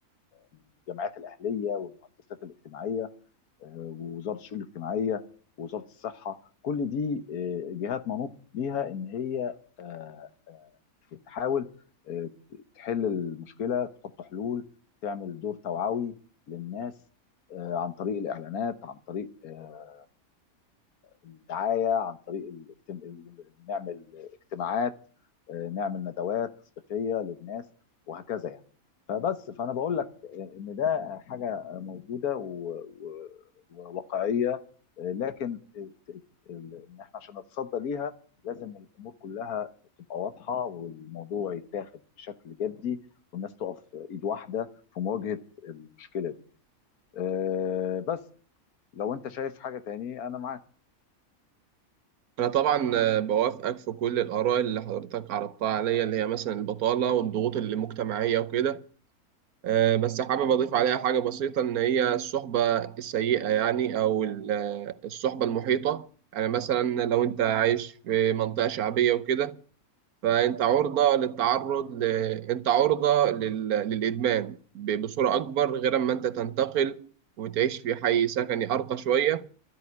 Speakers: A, on the left; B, on the right.
A: للجمعيات الاهليه والمؤسسات الاجتماعيه آه، ووزاره الشؤون الاجتماعيه ووزاره الصحه كل دي آه، جهات منوط بيها ان هي آه، آه، تحاول آه، ت- تحل المشكله تحط حلول تعمل دور توعوي للناس آه، عن طريق الاعلانات عن طريق آه، الدعايه عن طريق الاجتم... نعمل اجتماعات آه، نعمل ندوات تثقيفيه للناس وهكذا يعني فبس فانا بقول لك آه، ان ده حاجه موجوده و... و... وواقعيه آه، لكن ال- ال- ان احنا عشان نتصدى ليها لازم الامور كلها تبقى واضحه والموضوع يتاخد بشكل جدي والناس تقف ايد واحده في مواجهه المشكله دي آه، بس لو انت شايف حاجه تاني انا معاك
B: انا طبعا بوافقك في كل الاراء اللي حضرتك عرضتها عليا اللي هي مثلا البطاله والضغوط المجتمعيه وكده آه، بس حابب أضيف عليها حاجة بسيطة إن هي الصحبة السيئة يعني أو ال- آه، الصحبة المحيطة يعني مثلا لو أنت عايش في منطقة شعبية وكده فأنت عرضة للتعرض ل... أنت عرضة لل... للإدمان ب- بصورة أكبر غير أما أنت تنتقل وتعيش في حي سكني أرقى شوية